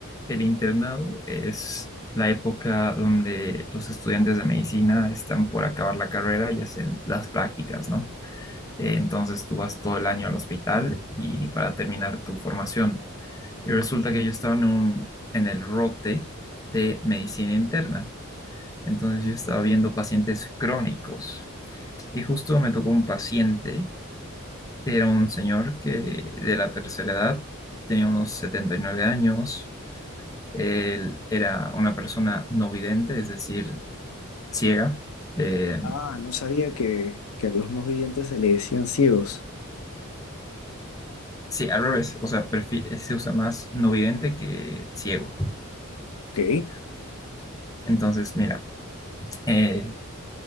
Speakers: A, on the left; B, on the left.
A: El internado es la época donde los estudiantes de medicina están por acabar la carrera y hacen las prácticas, ¿no? Eh, entonces tú vas todo el año al hospital y para terminar tu formación. Y resulta que yo estaba en un, en el rote de medicina interna. Entonces yo estaba viendo pacientes crónicos y justo me tocó un paciente, que era un señor que de la tercera edad, tenía unos setenta y nueve años, Él era una persona no vidente, es decir, ciega. Eh,
B: Ah, no sabía que, que a los no videntes se le decían ciegos.
A: sí, al revés, o sea, prefi- se usa más no vidente que ciego.
B: Ok.
A: Entonces, mira, eh,